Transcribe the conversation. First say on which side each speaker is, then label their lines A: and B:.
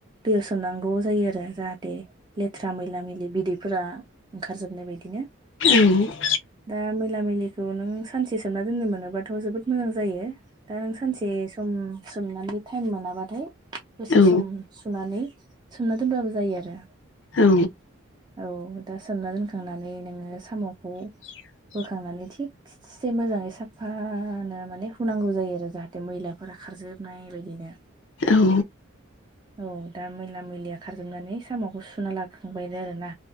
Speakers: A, on the right; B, on the left.
A: दैयाव होसोमनां नांगौ जायो आरो जाहाथे लेथरा मैला मैलि बिदैफोरा ओंखार जोबनाय बायदिनो
B: उम
A: दा मैला मैलिखौ नों सानसे सोमना दोननो मोनोबाथ' जोबोद मोजां जायो दा नों सानसे सम सोमनानै टाइम मोनाबाथाय दसेसम
B: औ
A: सोमनानै सोमना दोनबाबो जायो आरो
B: औ
A: औ दा सोमना दोनखांनानै नैङो सामखौ
B: <inaudible>
A: बोखांनानै थिगसे मोजाङै साफानो माने हुनांगौ जायो आरो जाहाथे मैलाफोरा खा रजोबनाय बायदिनो
B: औ
A: औ दा मैला मैलिया खारजोबनानै साम'खौ सुना लाखांबायनो आरोना